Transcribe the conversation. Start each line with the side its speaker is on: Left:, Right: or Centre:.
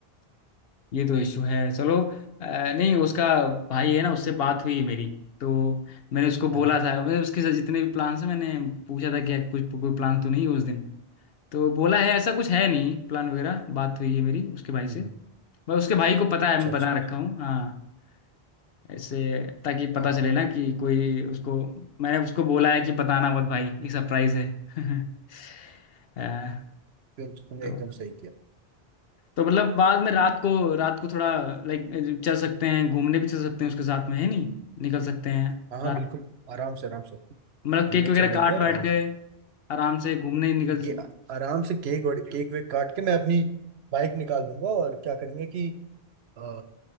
Left: ये तो इशू है चलो अ, नहीं उसका भाई है ना उससे बात हुई है मेरी तो मैंने उसको बोला
Right: हाँ हाँ
Left: था मैं उसके साथ जितने भी प्लान्स हैं मैंने पूछा था कि कुछ कोई प्लान तो नहीं है उस दिन तो बोला है ऐसा कुछ है नहीं प्लान वगैरह बात हुई है मेरी उसके भाई
Right: हम्म,
Left: से
Right: हम्म,
Left: बस उसके भाई को पता है
Right: अच्छा
Left: मैं
Right: अच्छा
Left: बता रखा हूँ हाँ ऐसे ताकि पता
Right: अ,
Left: चले ना कि कोई उसको मैंने उसको बोला है कि बताना मत भाई एक सरप्राइज है <laughs> अ,
Right: ये तो तुमने
Left: तो
Right: एकदम सही किया
Left: तो मतलब बाद में रात को रात को थोड़ा लाइक चल सकते हैं घूमने भी चल सकते हैं उसके साथ में है नहीं निकल सकते हैं
Right: हाँ हाँ
Left: रात
Right: बिल्कुल आराम से आराम से
Left: मतलब
Right: घूमने
Left: केक वगैरह
Right: चल लेंगे
Left: काट
Right: आराम
Left: वाट के
Right: से
Left: आराम से घूमने निकल
Right: ये आराम से केक और केक वेक काट के मैं अपनी बाइक निकाल दूंगा और क्या करेंगे कि अ,